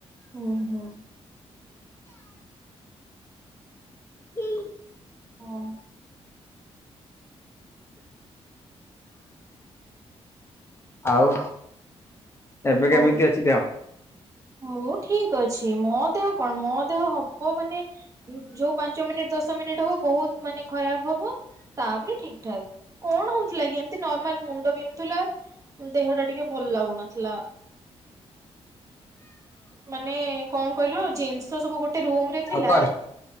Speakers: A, on the right; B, on the left.
A: ହୁଁ ହୁଁ
B: ହୁଁ।
A: ହଁ।
B: ଆଉ? ଏବେ
A: ବହୁତ
B: କେମିତି ଅଛି ଦେହ?
A: ମୁଁ ଠିକ ଅଛି। ମୋ ଦେହ କଣ, ମୋ ଦେହ ହବ ମାନେ ଯୋଉ ପାଞ୍ଚ ମିନିଟ୍ ଦଶ ମିନିଟ୍ ହବ ବହୁତ ମାନେ ଖରାପ ହବ। ତାପରେ ଠିକ ଠାକ। କଣ ହଉଥିଲା କି ଏମତି ନର୍ମାଲ ମୁଣ୍ଡ ପିନ୍ଧୁଥିଲା। ଦେହଟା ଟିକେ ଭଲ ଲାଗୁନଥିଲା। ମାନେ କଣ କହିଲ ଜିନିଷ ସବୁ ଗୋଟେ ରୁମରେ
B: ହଉ
A: ଥିଲା।
B: କର